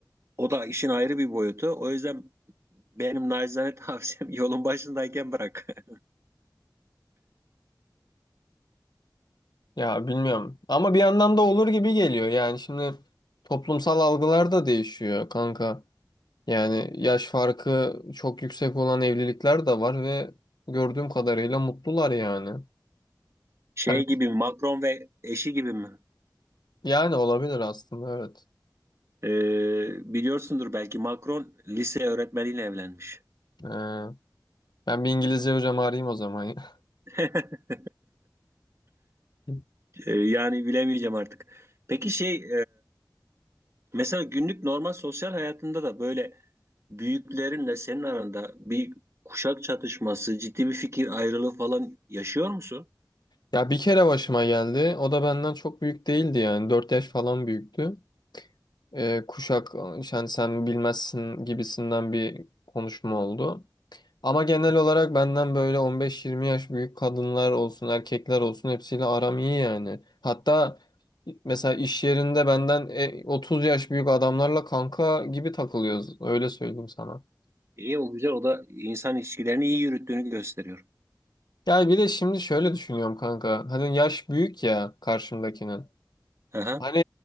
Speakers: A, on the right; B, on the left.
A: o da işin ayrı bir boyutu. O yüzden benim naçizane tavsiyem <laughs> yolun başındayken bırak. <laughs>
B: Ya bilmiyorum ama bir yandan da olur gibi geliyor yani şimdi toplumsal algılar da değişiyor kanka. Yani yaş farkı çok yüksek olan evlilikler de var ve gördüğüm kadarıyla mutlular yani.
A: Şey
B: Hani-
A: gibi mi Macron ve eşi gibi mi?
B: Yani olabilir aslında evet.
A: E, biliyorsundur belki Macron lise öğretmeniyle evlenmiş.
B: Ee, ben bir İngilizce hocam arayayım o zaman ya.
A: <laughs>
B: <laughs>
A: E, yani bilemeyeceğim artık. Peki şey Mesela günlük normal sosyal hayatında da böyle büyüklerinle senin aranda bir kuşak çatışması, ciddi bir fikir ayrılığı falan yaşıyor musun?
B: Ya bir kere başıma geldi. O da benden çok büyük değildi yani. dört yaş falan büyüktü. Ee, kuşak yani sen bilmezsin gibisinden bir konuşma oldu. Ama genel olarak benden böyle 15-20 yaş büyük kadınlar olsun, erkekler olsun hepsiyle aram iyi yani. Hatta mesela iş yerinde benden e, 30 yaş büyük adamlarla kanka gibi takılıyoruz. Öyle söyleyeyim sana.
A: İyi o güzel o da insan ilişkilerini iyi yürüttüğünü gösteriyor.
B: Ya bir de şimdi şöyle düşünüyorum kanka. Hani yaş büyük ya karşımdakinin.
A: Aha.
B: Hani